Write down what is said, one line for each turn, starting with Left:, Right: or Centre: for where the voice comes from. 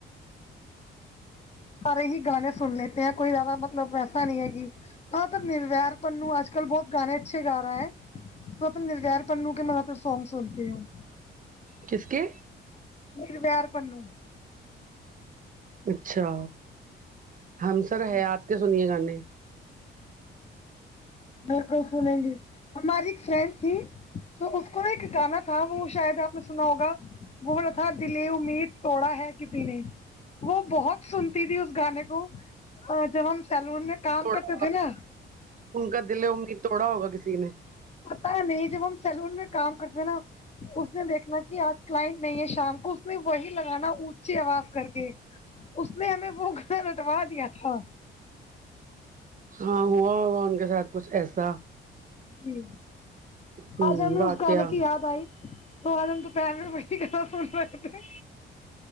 Left: سارے ہی گانے سن لیتے ہیں کوئی زیادہ مطلب ایسا نہیں ہے کہ ہاں تو نرویر پنو آج کل بہت گانے اچھے گا رہا ہے تو اپنا نرگیر کرن لوں کہ میں اپنا سانگ سنتی ہوں
Right: کس کے
Left: پیر پیار پنوں
Right: اچھا ہم سر
Left: جی
Right: حیات کے سنیے گانے
Left: بالکل سنےیں گی ہماری ایک فرینڈ تھی تو اس کو ایک گانا تھا وہ شاید آپ نے سنا ہوگا بہت تھا دلیے امید توڑا ہے کسی نے وہ بہت سنتی تھی اس گانے کو اور جب ہم سیلون میں کام
Right: توڑا
Left: کرتے
Right: ہوگا
Left: تھے نا
Right: ان کا دل امید توڑا ہوگا کسی نے
Left: پتا نہیں جب ہم سیلون میں کام کرتے ہیں نا اس نے دیکھنا کہ آج کلائنٹ نہیں ہے شام کو اس نے وہی لگانا اونچی آواز کر کے اس نے ہمیں وہ گھر لٹوا دیا تھا
Right: ہاں ہوا ہوا ان کے ساتھ کچھ ایسا
Left: جی
Right: ہ
Left: آج ہم نے
Right: واقعہ
Left: اس گانے کی یاد آائی تو آج ہم دوپہر میں وہی گنا سن رہتے ہیں